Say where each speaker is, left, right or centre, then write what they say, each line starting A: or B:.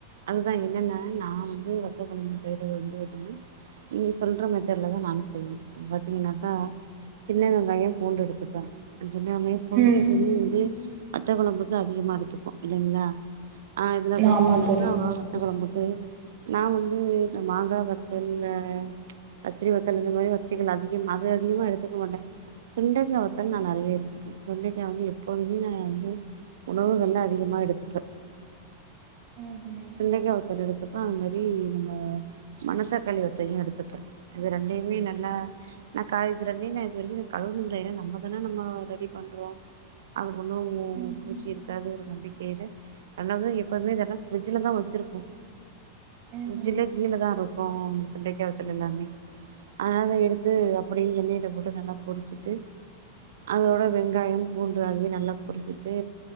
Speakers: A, on the right; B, on the right.
A: அதுதான் என்னன்னா நான் வந்து வத்த குழம்பு செய்யறது வந்து பா்த்தீங்கன்னா நீங்க சொல்ற மெத்தேட்லதான் நானும் செய்யணும் பாத்தீங்கன்னாக்கா சின்ன வெங்காயம் பூண்டு எடுத்துப்பேன் ஏன்னா மேற்கொண்டு
B: ம்
A: எப்படி வந்து வத்த குழம்புக்கு அதிகமா எடுத்துப்போம் இல்லைங்களா ஆஹ் இதுலாம் பாத்தீங்கன்னாக்கா
B: ஆமா தோழி
A: அவ வத்த குழம்புக்கு நான் வந்து இந்த மா அத பத்தல்ல கத்திரி வத்தல் இந்த மாதிரி வத்தைகள் அதிகம் அத அதிகமா எடுத்துக்க மாண்டேன் சுண்டைக்காய் வத்தல் நான் நிறைய எத்துப்பேன் சுண்டைக்காய் வந்து பொதவிநாயந்து உணவுகலாம் அதிகமாக எடுத்து <unintelligible>
B: ம்ஹும்
A: சுண்டைக்காய் வத்தல் எடுத்தப்ப அது மாரி நம்ம மனத்தாக்காளி வத்தையும் எடுத்துப்பேன் இது ரெண்டையுமே நல்லா நான் கா இது ரெண்ட நான் இது வரைக்கும் கழுவுனது இல்ல நம்மதானே நம்ம ரெடி பண்றோம் ஒன்னும்
B: ம்ஹும்
A: பூச்சி இருக்காத ஒரு நம்பிக்கையில அல்லது எப்போதுமே இதல்லா பிரட்ஜ்ல தான் வச்சிருப்போம் ஃப்ரிட்ஜ்ஜில
B: ம்ஹும்
A: கீழ தான் இருக்கும் சுண்டைக்கா வத்தல் எல்லாமே ஆன எடுத்து அப்டி எண்ணெயில் அது மட்டும் நல்லா பொரிச்சுட்டு அதோட வெங்காயம் பூண்டு அதிக நல்ல புரிச்சி கு